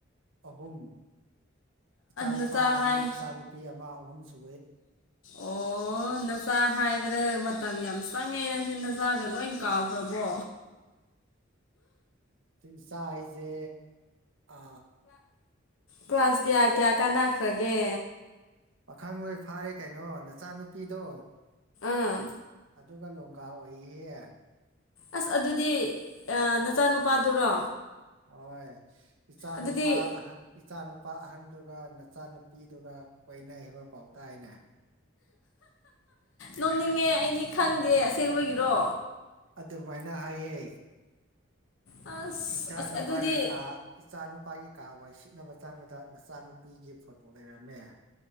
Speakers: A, on the right; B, on the left.
A: ꯑꯍꯨꯝꯨꯝ ꯏꯆꯥꯅꯨꯄꯥ
B: ꯅꯆꯥ
A: ꯑꯅꯤ
B: ꯍꯥꯏ
A: ꯏꯆꯥꯅꯨꯄꯤ ꯑꯃ ꯑꯍꯨꯝ ꯁꯦ
B: ꯑꯣ ꯅꯆꯥꯥꯛ ꯍꯥꯏꯕꯗ ꯃꯇꯝ ꯌꯥꯝ ꯆꯪꯉꯦ ꯅꯪꯁ ꯅꯆꯥꯥꯛ ꯑꯗꯨꯗ ꯂꯣꯏ ꯀꯥꯎꯈ꯭ꯔꯕꯣ
A: ꯏꯁꯥ ꯍꯥꯏꯁꯦ ꯑ
B: ꯀ꯭ꯂꯥꯁ ꯀꯌꯥ ꯀꯌꯥ ꯀꯅꯥꯈ꯭ꯔꯒꯦ
A: ꯄꯥꯈꯪ ꯂꯣꯏ ꯐꯥꯔꯦ ꯀꯩꯅꯣ ꯅꯆꯥꯅꯨꯄꯤꯗꯣ
B: ꯑꯥ
A: ꯑꯗꯨꯒ ꯂꯣꯡꯒꯥ ꯑꯣꯏꯌꯦꯌꯦ
B: ꯑꯁ ꯑꯗꯨꯗꯤ ꯅꯆꯥꯅꯨꯄꯥꯗꯨꯔꯣ
A: ꯍꯣꯏ ꯏꯆꯥ
B: ꯑꯗꯨꯗꯤ
A: ꯅꯨꯨꯄꯥ ꯑꯍꯟ ꯏꯆꯥ ꯅꯨꯨꯄꯥ ꯑꯍꯟ ꯑꯗꯨꯒ ꯅꯆꯥꯅꯨꯄꯤꯗꯨꯒ ꯀꯣꯏꯅꯩ ꯍꯥꯏꯕ ꯄꯥꯎꯇꯥꯏꯅꯦ
B: ꯅꯣꯡꯅꯤꯡꯉꯦ ꯑꯩꯗꯤ ꯈꯪꯗꯦ ꯑꯁꯦꯡꯕꯒꯤꯔꯣ
A: ꯑꯗꯨꯃꯥꯏꯅ ꯍꯥꯏꯌꯦ
B: ꯑꯁ
A: ꯏꯆꯥ
B: ꯑꯁ
A: ꯑꯅꯨꯄꯥꯒꯤ
B: ꯑꯗꯨꯗꯤ
A: ꯀ ꯏꯆꯥ ꯑꯅꯨꯄꯥꯒꯤ ꯀꯥ ꯋꯥꯏ ꯁꯤꯠꯅꯕ ꯆꯪꯕꯗ ꯅꯆꯥꯅꯨꯄꯤꯒꯤ ꯐꯣꯇꯣ ꯂꯩꯔꯝꯃꯦ